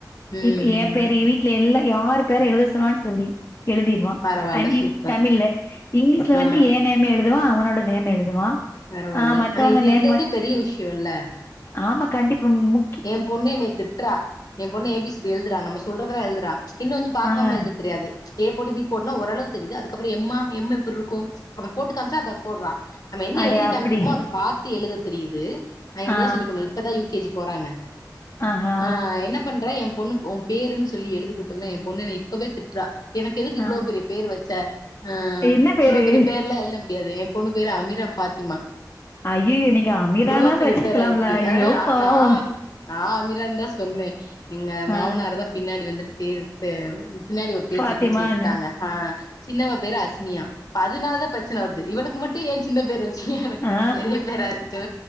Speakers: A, on the left; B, on the left.
A: ம்
B: இப்ப எ
A: ம்
B: பேரயே வீட் ல எல்லா யார் பேர எழுத சொன்னாலு சொல்லி எழுதிரு வா
A: பரவால்ல
B: ஐ மீன்
A: சூப்பர்
B: தமிழ்ல இங்லீஷ்ல
A: ஆ
B: வந்து ஏ நேமு எழுதுவா அவனோட நேமு எழுதுவா
A: பரவால்ல
B: ஆ மத்தவங்க
A: ஆனா இது
B: நேம்
A: எழுதற்தே
B: வந்து
A: பெரிய விஷ்யோல்ல
B: ஆமா கண்டிப்பா மு
A: எ பொண்ணு என்னய திட்றா எ பொண்ணு ஏ பி சி டி எழுதுறா நம்ம சொல்றதெல்லா எழுதுறா இன்னு வந்து பாக்காம
B: ஆ ஆ
A: எழுத தெரியாது ஏ போடு பி போடுனா ஒரளவு தெரியுது அதுக்கப்ற எம் மா எம் எப்டி இருக்கு அத போட்டு காம்ச்சா அத போட்றா நம்ம என்ன
B: அடே
A: எழுதி
B: அப்டி
A: காமிக்கிறோமோ அத பாத்து எழுத தெரியிது நா இனிமேதா
B: ஆ
A: சொல்லிக்குட்ணு இப்பதா யு கே ஜி போறாங்க
B: ஆஹா
A: ஆ என்னப் பண்றே எ பொண்ணுக்கு ஒ பேருன் சொல்லி எழுதி குடுத்தனா ஏ பொண்ணு இப்பவே திட்றா எனக்கு எதுக்கு இவ்ளோ
B: ஆ
A: பெரியப் பேரு வச்ச ஆ
B: என்ன பேரு
A: இவ்ளோ பெரிய பேர்லா எழுத முடியாது ஏ பொண்ணு பேரு அமீரா ஃபாத்திமா
B: ஐயயோ நீங்க அமீரானாது
A: எவ்ளோ பெரிய
B: வச்சுருக்கலாம்ல
A: பேர் ஆயிடுச்சு
B: ஐயோ
A: ஆ
B: பாவ
A: நா நா அமிரான்தா சொன்னே எங்க மாமனார்தா
B: ஆ
A: பின்னாடி வந்துட்டு பேரு பே பின்னாடி ஒரு பேர்
B: ஃபாத்திமான்னு
A: சேக்கனுன் சேத்துட்டாங்க ஆ சின்னவ பேரு அஸ்மியா இப்ப அதுனாலதா பிரச்சன வருது இவளுக்கு மட்டு ஏ சின்ன பேரு வச் எனக்கு
B: ஆ
A: மட்டு பெரிய பேரா இருக்கு